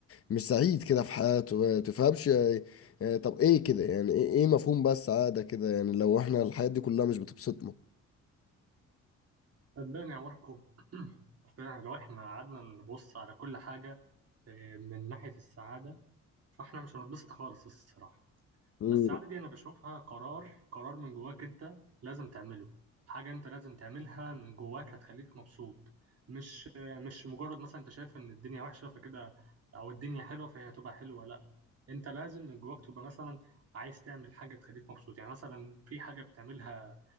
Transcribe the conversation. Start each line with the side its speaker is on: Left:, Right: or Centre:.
Left: مش سعيد كده في حياته ما تفهمش يعني يعني طب ايه كده يعني ايه إيه مفهوم بقى السعادة كده يعني لو احنا الحياة دي كلها مش بتبسطنا
Right: صدقني يا ماركو <clears throat> فعلا لو احنا قعدنا نبص على كل حاجة آه، من ناحية السعادة فاحنا مش هنتبسط خالص الصراحة
Left: امم
Right: فالسعادة دي انا بشوفها قرار قرار من جواك انت لازم تعمله حاجة انت لازم تعملها من جواك هتخليك مبسوط مش آه، مش مجرد مثلا انت شايف ان الدنيا وحشة فكده او الدنيا حلوة فهي هتبقى حلوة لا انت لازم من جواك تبقى مثلا عايز تعمل حاجة تخليك مبسوط يعني مثلا في حاجة بتعملها